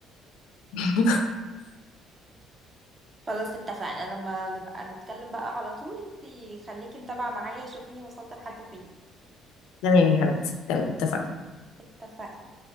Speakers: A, on the left; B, on the right.
A: <laughs>
B: خلاص اتفقنا لما نبقى نتكلم بقى على طول انتي خليكي متابعه معايا شوفيني وصلت لحد فين
A: تمام يا حبيبتي تمام اتفقنا
B: اتفقنا